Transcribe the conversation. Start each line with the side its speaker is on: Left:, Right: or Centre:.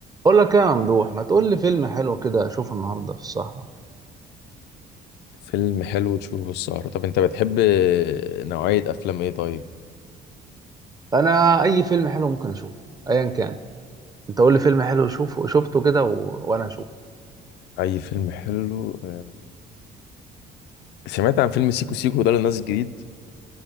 Right: اقول لك ايه يا ممدوح ما تقول لي فيلم حلو كده اشوفه النهارده في السهره
Left: فيلم حلو تشوفه السهرة طب انت بتحب نوعية افلام ايه طيب
Right: انا اي فيلم حلو ممكن اشوفه ايا كان انت قول لي فيلم حلو شوفه شفته كده و... وانا اشوفه
Left: اي فيلم حلو آه، سمعت عن فيلم سيكو سيكو ده اللي نازل جديد